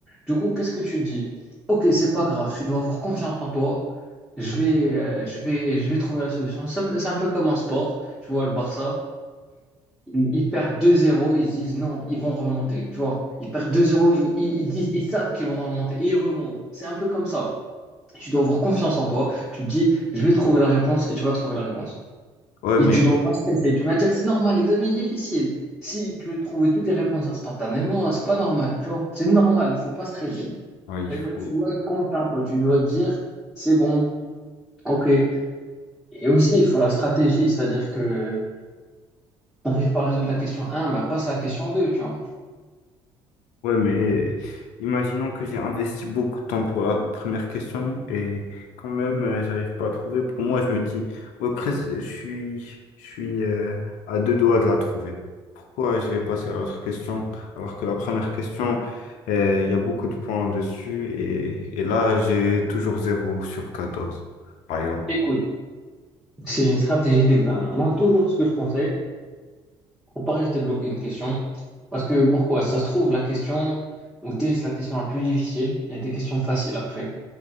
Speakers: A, in the centre; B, on the left.
A: Du coup, qu'est-ce que tu dis? Ok, c'est pas grave, tu dois avoir confiance en toi. Je vais, euh, je vais, je vais trouver la solution. C'est c'est un peu comme en sport. Tu vois, le Barça, ils, ils perdent 2-0, ils se disent non, ils vont remonter. Tu vois, ils perdent 2-0, ils, ils ils disent, ils savent qu'ils vont remonter et ils remontent. C'est un peu comme ça. Tu dois avoir confiance en toi. Tu te dis, je vais trouver la réponse et tu vas trouver la réponse.
B: Ouais,
A: Et
B: mais...
A: tu dois pas stresser. Tu vas dire, c'est normal, l'examen est difficile. Si tu veux trouver toutes les réponses instantanément, euh, c'est pas normal, tu vois. C'est normal, il faut pas stresser.
B: Oui, il
A: C'est-à-dire
B: faut...
A: que tu dois être confiant, toi. Tu dois te dire, c'est bon, ok. Et aussi, il faut la stratégie, c'est-à-dire que t'arrives pas à résoudre la question 1, ben passe à la question 2, tu vois.
B: Ouais, mais imaginons que j'ai investi beaucoup de temps pour la première question et quand même, euh, j'arrive pas à trouver. Pour moi, je me dis, ouais, presque, je suis, je suis euh, à deux doigts de la trouver. Pourquoi je vais passer à l'autre question alors que la première question, euh, il y a beaucoup de points dessus et, et là, j'ai toujours zéro sur 14 par exemple.
A: Écoute, c'est une stratégie d'examen. Moi, toujours ce que je conseille, pour pas rester bloqué une question, parce que pourquoi? Ça se trouve, la question où t'es, c'est la question la plus difficile. Il y a des questions faciles après.